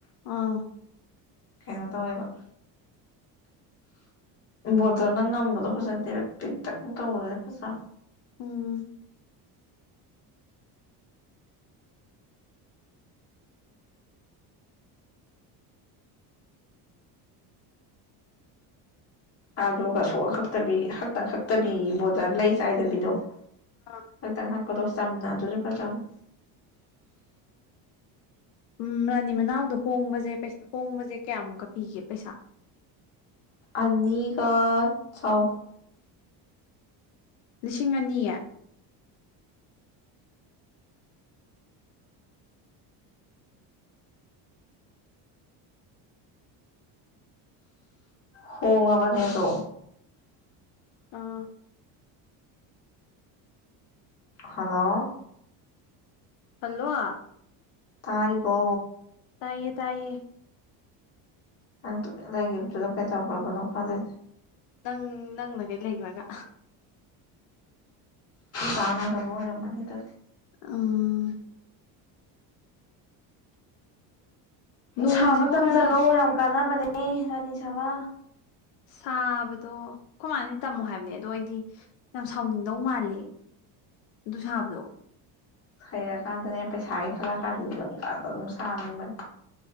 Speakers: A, on the left; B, on the left.
A: ꯑꯥ
B: ꯀꯩꯅꯣ ꯇꯧꯋꯦꯕ ꯕꯣꯔꯗꯔꯅ ꯉꯝꯕꯗꯣ ꯐꯖꯗꯦ ꯄꯤꯛꯇꯛꯅ ꯇꯧꯕꯗꯗꯤ ꯐꯖ
A: ꯎꯝ
B: ꯑꯗꯨꯒ ꯁꯣꯛꯑ ꯈꯛꯇꯕꯤ ꯈꯛꯇꯪ ꯈꯛꯇꯕꯤ ꯕꯣꯗꯔ ꯂꯩ ꯆꯥꯏꯗꯕꯤꯗꯣ
A: ꯑ
B: ꯍꯛꯇꯪ ꯍꯥꯛꯄꯗꯣ ꯆꯝꯅ ꯑꯗꯨꯁꯨ ꯈꯔ ꯆꯥꯎꯥꯋꯦ
A: ꯎꯝ ꯔꯥꯅꯤ ꯃꯅꯥꯎꯗꯣ ꯍꯣꯡꯕꯁꯦ ꯍꯣꯡꯕꯁꯦ ꯀꯌꯥꯃꯨꯛꯀ ꯄꯤꯒꯦ ꯄꯩꯁꯥ
B: ꯑꯅꯤꯒ ꯆꯥꯎ
A: ꯂꯤꯁꯤꯡ ꯑꯅꯤ
B: ꯍꯣꯡꯉꯕꯅꯦꯍ ꯇꯣ
A: ꯑꯥ
B: ꯍꯜꯂꯣ
A: ꯍꯜꯂꯣ
B: ꯇꯥꯔꯔꯤꯕ
A: ꯇꯥꯏꯌꯦ ꯇꯥꯏꯌꯦ
B: ꯅꯪ ꯇꯨꯃꯤꯟꯅ ꯂꯩꯈꯤꯕꯗꯨꯗ ꯀꯩꯗꯧꯈ꯭ꯔꯕꯅꯣ ꯈꯜꯂꯦ
A: ꯅꯪ ꯅꯪꯅꯒꯩ ꯂꯩꯈ꯭ꯔꯒ
B: ꯇꯥꯅꯖꯕꯔ ꯃꯅꯤ ꯇ
A: ꯑꯥ ꯅꯣꯡꯁꯤꯕꯨ
B: ꯁꯥꯕ ꯇꯝꯁꯤꯜꯂꯣ
A: ꯈꯔ
B: ꯌꯥꯝ ꯀꯥꯟꯅꯕꯅꯦ ꯔꯥꯅꯤ ꯁꯥꯕ
A: ꯁꯥꯕꯗꯣ ꯑꯩꯈꯣꯏ ꯃꯥꯅꯗꯤ ꯇꯝꯃꯣ ꯍꯥꯏꯕꯅꯦ ꯑꯗꯣ ꯑꯩꯗꯤ ꯌꯥꯝ ꯁꯥꯎꯅꯤꯡꯗꯧ ꯃꯥꯜꯂꯤ ꯗꯨꯁꯥꯅꯤ
B: ꯍꯩꯔꯀꯥꯟꯗꯅꯦ ꯄꯩꯁꯥꯒꯤ ꯈꯜꯂ ꯀꯥꯟꯗꯗꯤ ꯂꯧꯕꯛꯇꯗ ꯑꯗꯨꯝ ꯁꯥꯅꯤꯡꯕꯅꯤ